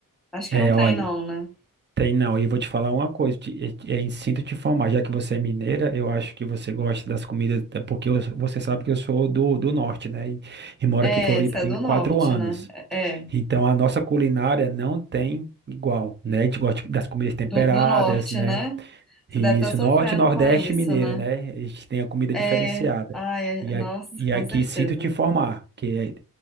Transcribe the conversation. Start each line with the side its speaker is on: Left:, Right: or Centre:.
Centre: acho que
Right: é,
Centre: não tem
Right: olha.
Centre: não, né?
Right: Tem não, e eu vou te falar uma coisa, te- é, é instinto te formar. já que você é mineira, eu acho que você gosta das comidas, até porque eu- você sabe que eu sou do, do norte, né? E, e moro
Centre: É,
Right: aqui em Floripa
Centre: você
Right: tem
Centre: é do norte,
Right: quatro anos.
Centre: né? É, é,
Right: Então a nossa culinária não tem igual, né? A gente gosta das comidas temperadas,
Centre: do, do norte,
Right: né?
Centre: né?
Right: Isso,
Centre: Você deve estar sofrendo
Right: norte, nordeste
Centre: com isso,
Right: e mineiro,
Centre: né?
Right: né? A gente tem a comida
Centre: É,
Right: diferenciada.
Centre: ai,
Right: E,
Centre: é- nossa,
Right: a- e
Centre: com
Right: aqui
Centre: certeza.
Right: sinto te informar, que